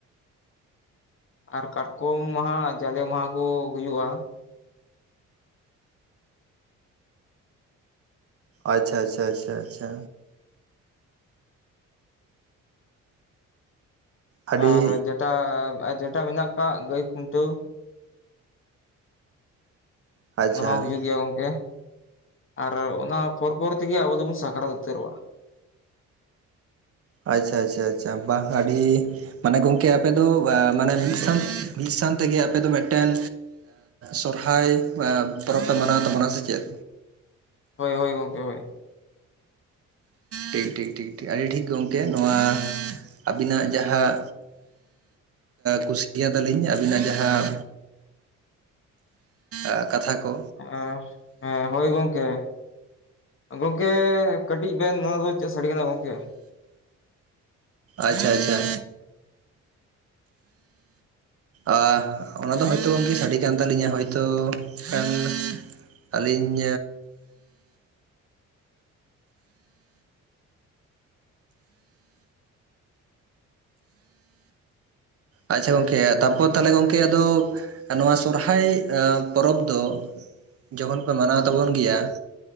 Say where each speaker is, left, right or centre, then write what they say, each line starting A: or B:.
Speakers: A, on the left; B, on the right.
A: ᱟᱨ ᱠᱟᱴᱠᱚᱢ ᱢᱟᱦᱟ ᱡᱟᱞᱮ ᱢᱟᱦᱟ ᱠᱚ ᱦᱩᱭᱩᱜᱼᱟ᱾
B: ᱟᱪᱪᱷᱟ ᱟᱪᱪᱷᱟ ᱟᱪᱪᱷᱟ ᱟᱪᱪᱷᱟ ᱟᱹᱰᱤ
A: ᱟᱨ ᱡᱮᱴᱟ ᱡᱮᱴᱟ ᱢᱮᱱᱟᱜ ᱟᱠᱟᱜ ᱜᱟᱹᱭ ᱠᱷᱩᱱᱴᱟᱹᱣ᱾
B: ᱟᱪᱪᱷᱟ
A: ᱚᱱᱟ ᱦᱚᱸ ᱦᱩᱭᱩᱜ ᱜᱮᱭᱟ ᱜᱚᱢᱠᱮ ᱟᱨ ᱚᱱᱟ ᱯᱚᱨ ᱯᱚᱨ ᱛᱮᱜᱮ ᱟᱵᱚ ᱫᱚᱵᱚᱱ ᱥᱟᱠᱨᱟᱛ ᱩᱛᱟᱹᱨᱚᱜᱼᱟ᱾
B: ᱟᱪᱪᱷᱟ ᱟᱪᱪᱷᱟ ᱟᱪᱷᱟ ᱵᱟᱦ ᱟᱰᱤ ᱢᱟᱱᱮ ᱜᱚᱢᱠᱮ ᱟᱯᱮ ᱫᱚ ᱢᱟᱱᱮ ᱢᱤᱫ ᱥᱟᱶ ᱛᱮᱜᱮ ᱟᱯᱮ ᱫᱚ ᱢᱮᱫᱴᱮᱱ ᱥᱚᱨᱦᱟᱭ ᱯᱚᱨᱚᱵᱽ ᱯᱮ ᱢᱟᱱᱟᱣ ᱛᱟᱵᱚᱱᱟ ᱥᱮ ᱪᱮᱫ?
A: ᱦᱳᱭ ᱦᱳᱭ ᱜᱚᱢᱠᱮ ᱦᱳᱭ
B: ᱴᱷᱤᱠ ᱴᱷᱤᱠ ᱴᱷᱤᱠ ᱴᱷᱤᱠ ᱟᱹᱰᱤ ᱴᱷᱤᱠ ᱜᱚᱢᱠᱮ ᱱᱚᱣᱟ ᱟᱵᱤᱱᱟᱜ ᱡᱟᱦᱟᱸ ᱠᱩᱥᱤᱠᱮᱭᱟᱫᱟᱞᱤᱧ ᱟᱹᱵᱤᱱᱟᱜ ᱡᱟᱦᱟᱸ ᱟᱸ ᱠᱟᱛᱷᱟ ᱠᱚ᱾
A: ᱚᱸ ᱦᱮᱸ ᱦᱳᱭ ᱜᱚᱢᱠᱮ᱾ ᱜᱚᱝᱠᱮ ᱠᱟᱹᱴᱤᱡ ᱵᱮᱱ ᱱᱚᱣᱟ ᱫᱚ ᱪᱮᱫ ᱥᱟᱰᱮ ᱠᱟᱱᱟ ᱜᱚᱝᱠᱮ᱾
B: ᱟᱪᱪᱷᱟ ᱟᱪᱪᱷᱟ, ᱟᱨ ᱚᱱᱟ ᱫᱚ ᱦᱚᱭᱛᱳ ᱜᱚᱢᱠᱮ ᱥᱟᱰᱮ ᱠᱟᱱ ᱛᱟᱞᱤᱧᱟ ᱦᱚᱭᱛᱳ ᱠᱟᱱ ᱟᱹᱞᱤᱧ ᱟᱪᱪᱷᱟ ᱜᱚᱝᱠᱮ ᱛᱟᱯᱚᱨ ᱛᱟᱦᱚᱞᱮ ᱜᱚᱢᱠᱮ ᱟᱫᱚ ᱱᱚᱣᱟ ᱥᱚᱨᱚᱦᱟᱭ ᱯᱚᱨᱚᱵᱽ ᱫᱚ ᱡᱚᱠᱷᱚᱱ ᱯᱮ ᱢᱟᱱᱟᱣ ᱛᱟᱵᱚᱱ ᱜᱮᱭᱟ